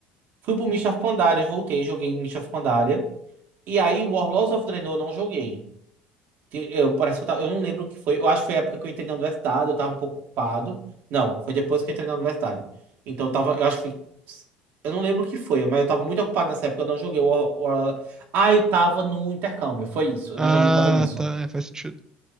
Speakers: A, on the right; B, on the right.
A: Fui pro Mists of Pandaria, voltei, joguei Mists of Pandaria. E aí, Warlords of Draenor eu não joguei. Que Eu, parece que eu, tava- eu não lembro o que foi. Eu acho que foi a época que eu entrei na universidade, eu tava um pouco ocupado. Não, foi depois que eu entrei na universidade. Então eu tava, eu acho que foi. Eu não lembro o que foi, mas eu tava muito ocupado nessa época, eu não joguei o War- War- Ah, eu tava no intercâmbio, foi isso. Eu
B: Ah,
A: não joguei por causa disso.
B: tá, é, faz sentido.